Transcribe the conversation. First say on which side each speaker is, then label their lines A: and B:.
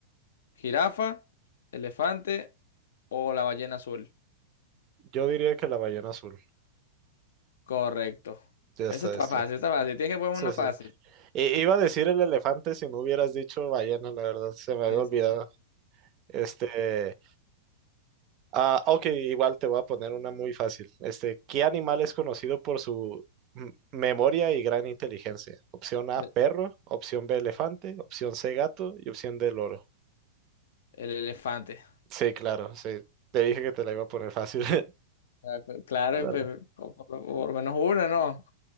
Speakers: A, on the left; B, on the right.
A: ¿Jirafa, elefante o la ballena azul?
B: Yo diría que la ballena azul.
A: Correcto.
B: Ya
A: Eso
B: está,
A: está
B: esta.
A: fácil, está fácil. Tienes que ponerme
B: Sí,
A: una fácil.
B: sí. I- iba a decir el elefante si no hubieras dicho ballena, la verdad. Se me
A: Sí,
B: había olvidado.
A: sí.
B: Este, Ah, ok, igual te voy a poner una muy fácil. Este, ¿qué animal es conocido por su m- memoria y gran inteligencia? Opción A,
A: El,
B: perro, opción B, elefante, opción C, gato y opción D, loro.
A: el elefante.
B: Sí, claro, sí. Te dije que te la iba a poner fácil. <laughs>
A: Ah, cl- Claro,
B: Dale.
A: pe- por, por- por lo menos una, ¿no?